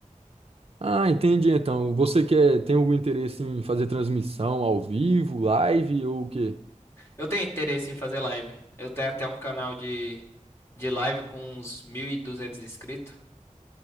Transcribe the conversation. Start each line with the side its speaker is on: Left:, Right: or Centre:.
Right: Ah, entendi então. Você quer, tem algum interesse em fazer transmissão ao vivo, live ou o quê?
Left: Eu tenho interesse em fazer live. Eu tenho até um canal de de live com uns 1.200 inscritos.